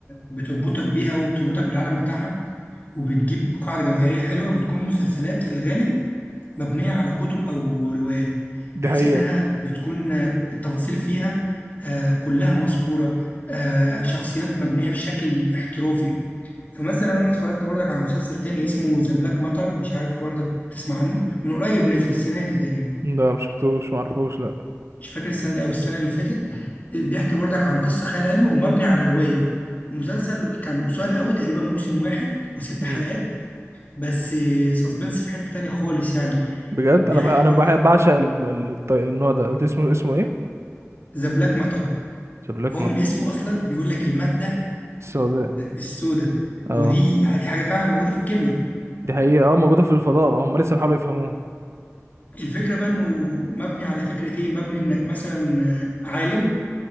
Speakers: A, on the left; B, on the right.
A: بتربطك بيها وبتربطك بالعالم بتاعها وبتجيب قاعدة جماهيرية حلوة بتكون مسلسلات في الغالب مبنية على كتب أو روايات
B: دي
A: بحيث
B: حقيقة
A: إنها بتكون آه، التفاصيل فيها آه، كلها مذكورة آه، شخصيات مبنية بشكل احترافي فمثلا أنا اتفرجت برضك على مسلسل تاني اسمه ذا بلاك ماتر مش عارف برضك تسمع عنه من قريب نزل السنة دي تقريبا
B: ده مشفتوش معرفوش لأ
A: مش فاكر السنة دي أو السنة اللي فاتت بيحكي برضك عن قصة خيال علمي ومبني على رواية المسلسل كان قصير قوي تقريبا موسم واحد وست
B: مم.
A: حلقات بس سسبنس في حتة تانية خالص يعني
B: بجد
A: بيحكي
B: أنا ب... أنا
A: برضك
B: بع- بعشق الم... الط- النوع ده قلت اسمه اسمه إيه؟
A: ذا بلاك ماتر
B: شبلكمة
A: وهو من اسمه اصلا بيقول لك الماده
B: السوداء
A: السوداء
B: اه
A: ودي دي حاجه فعلا موجوده في الكيمياء
B: دي حقيقة اه موجودة في الفضاء هم لسه بيحاولوا يفهموها
A: الفكره بقى انه مبني على فكره ايه مبني انك مثلا آه، عالم